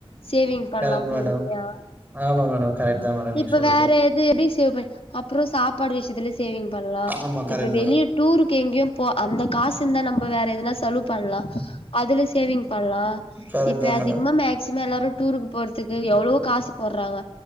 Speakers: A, on the left (about 70°); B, on the right (about 20°).
A: சேவிங் பண்லாம்
B: கரெக்ட்
A: பொறுமையா
B: மேடம் ஆமா மேடம் கரெக்ட் தான் மேடம் நீங்க
A: இப்ப
B: சொல்றது
A: வேற இது எப்டி சேவ் பண்ண அப்புறோ சாப்பாடு விஷயத்துல சேவிங் பண்லா
B: ஆமா
A: இப்ப
B: கரெக்ட்
A: வெளிய
B: மேடம்
A: டூருக்கு எங்கேயும் போ அந்த காசு இருந்தா நம்ப வேற எதனா செலவு பண்லா அதுல சேவிங் பண்லா
B: கரெக்ட்
A: இப்ப
B: தா மேடம்
A: அதிகமா மேக்சிமம் எல்லாரு டூருக்கு போறதுக்கு எவ்ளவோ காசு போடுறாங்க